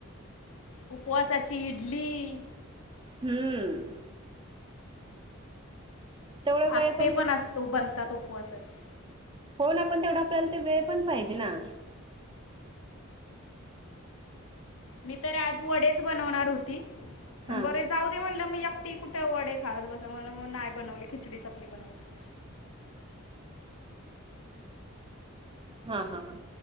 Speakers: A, on the left; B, on the right.
A: उपवासाची इडली.
B: हम. तेवढा वेळ
A: आप्पे पण असतो बनतात उपवासाचे.
B: होणं पण तेवढा आपल्याला तर वेळ पण पाहिजे ना.
A: मी तर आज वडेच बनवणार होती.
B: हा
A: पण बरे जाऊ दे म्हटलं मग एकटी कुठं वडे खात बसू म्हणलं मग नाही बनवली खिचडीच आपली बनवली.
B: हा हा हा.